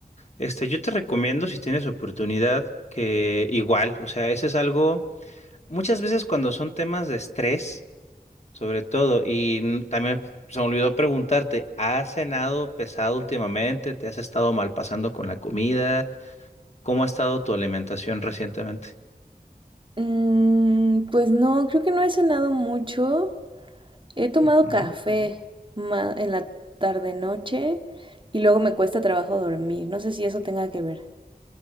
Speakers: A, on the left; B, on the right.
A: Este, yo te recomiendo, si tienes oportunidad, que igual, o sea, ese es algo, muchas veces cuando son temas de estrés. Sobre todo, y n- también se me olvidó preguntarte, ¿has cenado pesado últimamente? ¿Te has estado mal pasando con la comida? ¿Cómo ha estado tu alimentación recientemente?
B: Mm, pues no, creo que no he cenado mucho. He tomado
A: Ujú.
B: café ma- en la tarde-noche y luego me cuesta trabajo dormir. No sé si eso tenga que ver.